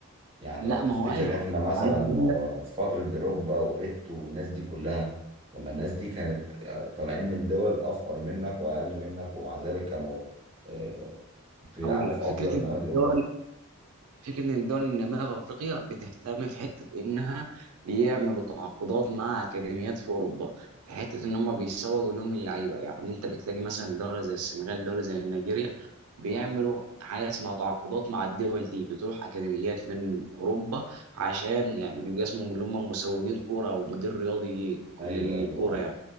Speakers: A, on the right; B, on the right.
A: يعني
B: لا
A: لو تفتكر
B: ما هو ايوه
A: إحنا مثلا
B: انا
A: مو-
B: هقول لك
A: في فترة دروجبا وإيتو والناس دي كلها طب ما الناس دي كانت آه، طالعين من دول أفقر منك وأقل منك ومع ذلك كانوا آه، بيلعبوا
B: هقول لك
A: في أفضل
B: فكره ان الدول
A: نوادي أوروبا
B: فكرة إن الدول النامية في أفريقيا بتهتم في حتة إنها بيعملوا تعاقدات مع أكاديميات في أوروبا في حتة إن هم بيسوقوا لهم اللعيبة يعني أنت بتلاقي مثلا دولة زي السنغال دولة زي نيجيريا بيعملوا حاجة اسمها تعاقدات مع الدول دي بتروح أكاديميات من أوروبا عشان يعني بيبقى اسمهم اللي هم مسوقين كورة أو مدير رياضي
A: ايوه
B: للكورة
A: ايوه اه
B: يعني